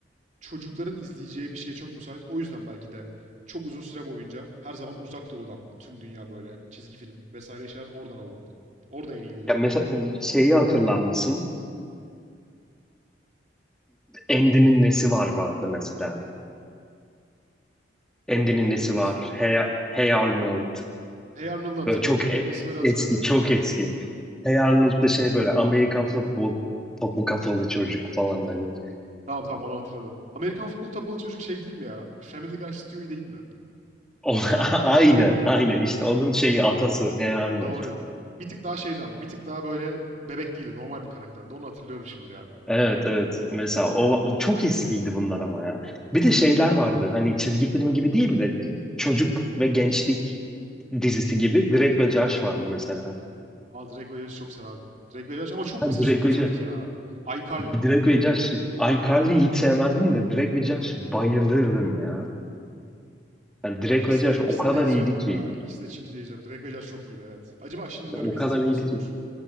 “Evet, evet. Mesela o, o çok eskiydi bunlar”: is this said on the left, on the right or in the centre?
Centre